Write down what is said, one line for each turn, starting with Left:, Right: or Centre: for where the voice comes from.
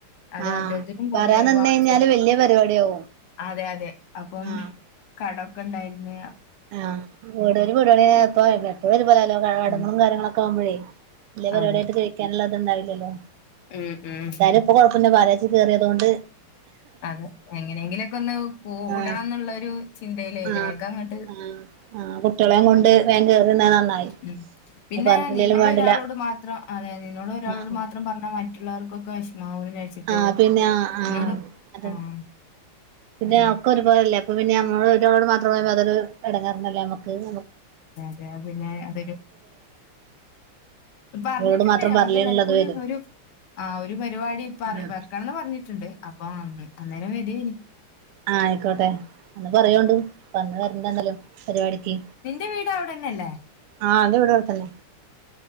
Left: അതെ
Right: ആഹ്
Left: അദ്ദേഹത്തിനും
Right: പറയാൻ
Left: കൊറെ ഒരുപാട്
Right: നിന്ന് കഴിഞ്ഞാല്
Left: സുഹൃത്
Right: വല്യ പരിപാടിയാവും
Left: അതെ അതെ അപ്പം
Right: ആഹ്
Left: കടൊക്കെണ്ടായിര്ന്ന്
Right: ആഹ് വീടോര് വീടോര് ഇപ്പോ ഇവട്ത്തെ വരും പോലാലോ കടംങ്ങളും
Left: ഉം
Right: കാര്യങ്ങളൊക്കെ ആവ്മ്പഴേ വല്യേ പരിപാടിആയിട്ട്
Left: അതെ
Right: കഴിക്കാന്ള്ളത്ണ്ടാവില്ലല്ലോ
Left: ഉം ഉം
Right: എന്തായ്ലും ഇപ്പൊ കൊഴപ്പല്ല്യ പാലാച്ചി കേറേതോണ്ട്
Left: അതെ എങ്ങനെയെങ്കിലൊക്കൊന്ന് കൂടണംന്നുള്ളൊരു
Right: ആഹ്
Left: ചിന്തയിലേ
Right: ആഹ്
Left: വേഗംങ്ങട്ട്
Right: ആഹ് ആഹ് കുട്ട്യാളേം കൊണ്ട് വേഗം കേറി ന്നത് നന്നായി
Left: ഉം പിന്നെ
Right: അത് പറഞ്ഞിട്ടില്ലേലും
Left: നിന്നോട്
Right: വേണ്ടില്ല
Left: ഒരാളോട് മാത്രംഅതായ നിന്നോട് ഒരാളോട്
Right: ആഹ്
Left: മാത്രം പറഞ്ഞാ മറ്റുള്ളവർക്കൊക്കെ വെഷ് മാവോ ന്നേച്ചിട്ട്
Right: ആഹ് പിന്നെ ആഹ് ആഹ്
Left: ന്നോട്
Right: അതെ
Left: ആഹ്
Right: പിന്നെ
Left: അങ്ങനെ
Right: ആഹ് ഒക്കെ ഒരുപോലല്ലേ അപ്പ പിന്നെ നമ്മള് ഒരാളോട് മാത്രം പറയുമ്പൊ അതൊരു എടങ്ങാറന്നല്ലേ നമ്മക്ക് നമുക്
Left: രെ പിന്നെ അതൊരു ഉം പറഞ്ഞിട്ട്ണ്ട്
Right: ഇവരോട് മാത്രം
Left: നമുക്ക്
Right: പറഞ്ഞില്ലേന്നുള്ളത്
Left: എല്ലാര്ക്കും കൂടി
Right: വരും
Left: ഒരു ആഹ് ഒരു പരിപാടിപ്പ
Right: ആഹ്
Left: വെക്കണംന്ന് പറഞ്ഞിട്ട്ണ്ട് അപ്പൊ അന്ന് അന്നേരം വരയ്ന്
Right: ആഹ് അയിക്കോട്ടെ അന്ന് പറയോണ്ടു അപ്പന്ന് വരണ്ടാണല്ലോ പരിപാടിക്കേ
Left: ന്റെ വീട് അവിടെന്നല്ലേ
Right: ആഹ് അത് വടെ അട്ത്തന്നെ